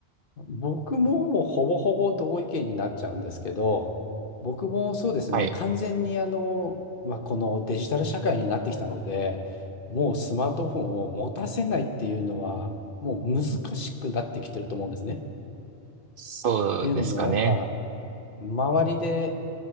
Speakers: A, on the left; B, on the right.
A: 僕ももうほぼほぼ同意見になっちゃうんですけど、僕もそうですね、
B: はい。
A: 完全にあの、まあ、このデジタル社会になってきたので、もうスマートフォンを持たせないっていうのは、もう難しくなってきてると思うんですね。っ
B: そうですかね。
A: ていうのも、やっぱ、周りで